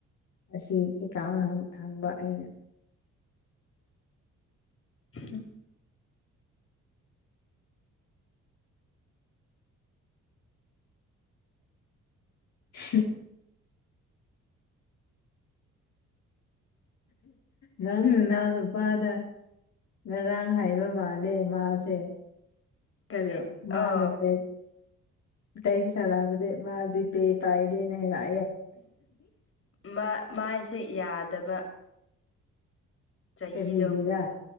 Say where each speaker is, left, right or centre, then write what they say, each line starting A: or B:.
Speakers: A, on the left (about 60°); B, on the left (about 45°).
A: ꯑꯁꯤ ꯀꯩꯀꯥ ꯋꯥ ꯍꯪꯕ ꯑꯩꯅ
B: ꯍꯝ
A: <unintelligible> ꯅꯪ ꯅꯅꯥꯎ ꯅꯨꯄꯥꯗ ꯉꯔꯥꯡ ꯍꯥꯏꯕ ꯃꯥꯜꯂꯦ ꯃꯥꯁꯦ ꯍꯜꯂꯣ
B: ꯀꯔꯤ
A: ꯃꯥꯅ
B: ꯑꯣ
A: ꯗ ꯇꯩꯒꯤ ꯁꯥꯅꯕꯗꯤ ꯃꯥ ꯖꯤ ꯄꯦ ꯄꯥꯏꯗꯦ ꯍꯥꯢꯅ
B: ꯃ ꯃꯥꯏꯁꯦ ꯌꯥꯗꯕ ꯆꯍꯤꯗꯣ
A: ꯀꯔꯤꯒꯤꯔꯥ